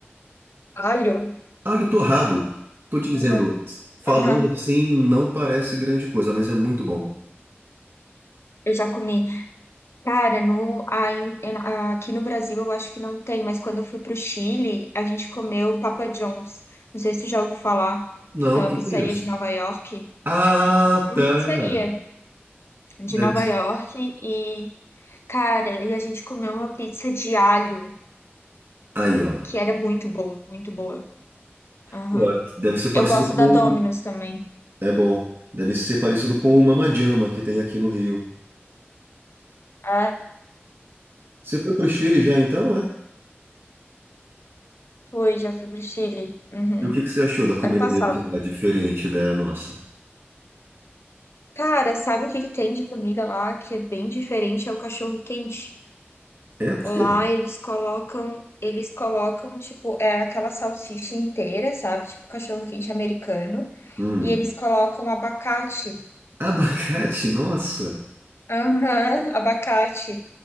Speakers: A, on the left (about 70°); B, on the right (about 60°).
A: alho.
B: Alho torrado. Tô te dizendo,
A: Eu Já,
B: falando
A: aham,
B: assim, não parece grande coisa, mas é muito bom.
A: eu já comi. Cara, no, aí, eu- aqui no Brasil eu acho que não tem, mas quando eu fui pro Chile, a gente comeu Papa John's. Não sei se tu já ouviu falar,
B: Não,
A: que é uma
B: que
A: pizzaria
B: que é isso?
A: de Nova York.
B: Ah,
A: É Uma
B: tá.
A: pizzaria de
B: Deve
A: Nova
B: ser.
A: York e, cara, e a gente comeu uma pizza de alho,
B: Aí, ó.
A: que era muito boa, muito boa. Aham.
B: Pô, Deve ser parecido
A: Eu gosto
B: com.
A: da Domino's também.
B: É bom. Deve ser parecido com o Mamajama que tem aqui no Rio.
A: É.
B: Você foi pro Chile já então, é?
A: Foi, já fui pro Chile. Uhum.
B: E o que que você achou da comida
A: Ano passado.
B: dele de lá, diferente da nossa?
A: Cara, sabe o que que tem de comida lá que é bem diferente? É o cachorro quente.
B: É, por
A: Lá
B: quê?
A: eles colocam, eles colocam, tipo, é aquela salsicha inteira, sabe? Tipo, cachorro quente americano.
B: Hum.
A: E eles colocam abacate.
B: Abacate, nossa.
A: Aham, <laughs> abacate.